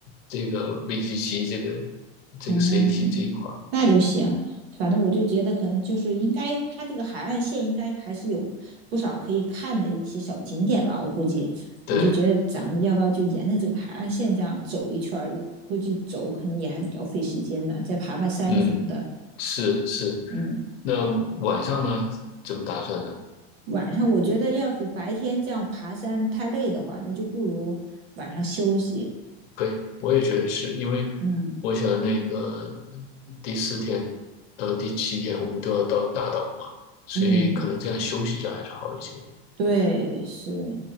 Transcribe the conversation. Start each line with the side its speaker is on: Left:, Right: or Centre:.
Left: 这个 VGC 这个这个
Right: 嗯，
Left: city 这一块儿。
Right: 那就行。反正我就觉得，可能就是应该，它这个海岸线应该还是有不少可以看的一些小景点吧。我估计，
Left: 对，
Right: 我就觉得咱们要不要就沿着这个海岸线这样走一圈儿？估计走可能也还比较费时间呢，再爬爬山什么的。
Left: 嗯。是是，
Right: 嗯，
Left: 那晚上呢？怎么打算呢？
Right: 晚上我觉得要是白天这样爬山太累的话，那就不如晚上休息。
Left: 可以，我也觉得是因为
Right: 嗯
Left: 我想那个第四天到第七天我们都要到大岛嘛，所以可能这样休息一下还是好一些。
Right: 嗯，对，是。